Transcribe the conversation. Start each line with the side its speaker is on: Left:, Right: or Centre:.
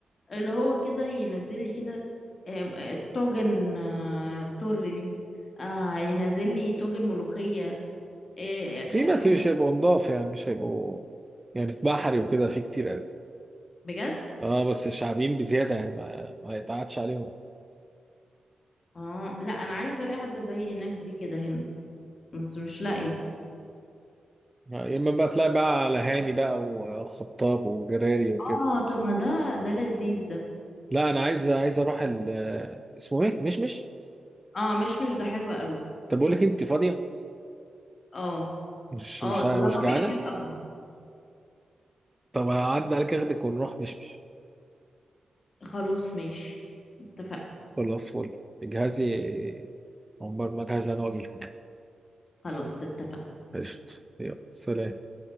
Left: اللي هو كده ينزل لي كده آم، آه، طاجن آه، تورلي آه، ينزل لي طاجن ملوخية آه، آه، فاهم
Right: في بس
Left: الحاجات
Right: مش هيبقوا نضاف يعني مش هيبقوا يعني في بحري وكده في كتير قوي
Left: بجد
Right: اه بس شعبيين بزياده يعني ما, ما يتقعدش عليهم
Left: اه لا انا عايزة الاقي حد زي الناس دي كده هنا بس مش لاقية
Right: آه، يا اما بقى تلاقي بقى على هاني بقى وخطاب وجراري وكده
Left: اه طب ما ده ده لذيذ ده
Right: لا انا عايز عايز اروح ال آه، اسمه ايه مشمش
Left: اه مش مش ده حلو قوي
Right: طب بقول لك إيه، انت فاضيه
Left: اه
Right: مش
Left: اه
Right: مش مش
Left: طالما
Right: جعانه
Left: مش مش قوي
Right: طب هعدي عليك اخدك ونروح مشمش
Left: خلاص ماشي اتفقنا
Right: خلاص فل اجهزي عمر ما اجهز انا واجيلك
Left: خلاص اتفقنا
Right: قشطة يلا سلام